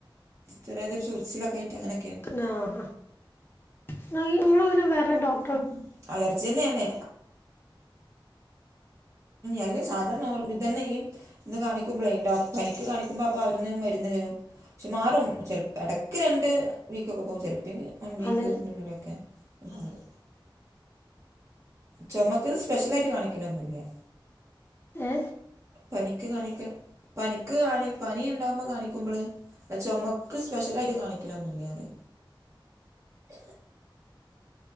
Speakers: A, on the right; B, on the left.
A: ചെറിയാതി ഒരു ചൊറിച്ചിലൊക്കൊയിട്ട് അങ്ങനെ
B: നാഹ ന്നാൽ നിങ്ങളങ്ങനെ വേറെ ഡോക്
A: ഉം അലർജി തന്നെയാണ് എല്ലെ സാധാ നോർ ഇതന്നെ ഈ ഇന്ന് കാണിക്കുമ്പോളേ ഡോ പനിക്ക് കാണിക്കുമ്പോ അപ്പൊ അവട്ന്ന് മരുന്ന് തരും ക്ഷെ മാറും ചെൽ ഇടയ്ക്ക് രണ്ട് വീക്കൊക്കെ പോവും ചെലപ്പേങ്കി വൺ വീക്കിനുള്ളിലൊക്കെ
B: അതല്ല
A: മാറും ചൊമക്കത് സ്പെഷ്യലായിട്ട് കാണിക്കലൊന്നുല്ല്യാ
B: ഏഹ്
A: പനിക്ക് കാണിക്ക പനിക്ക് കാണി പനിണ്ടാവകുമ്പോ കാണിക്കുമ്പള് ചൊമക്ക് സ്പെഷ്യലായിട്ട് കാണിക്കലൊന്നുല്ല്യാ റയാ